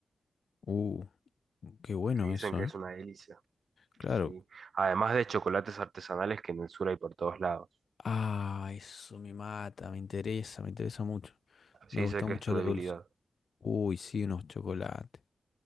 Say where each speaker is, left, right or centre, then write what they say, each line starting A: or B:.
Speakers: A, on the left; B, on the right.
A: uh, qué bueno
B: que dicen
A: eso,
B: que
A: ¿eh?
B: es una delicia.
A: Claro.
B: Sí. Además de chocolates artesanales que en el sur hay por todos lados.
A: Ah, eso me mata, me interesa, me interesa mucho. Me
B: Sí,
A: gusta
B: sé
A: mucho
B: que es tu
A: lo
B: debilidad.
A: dulce. Uy, sí, unos chocolates.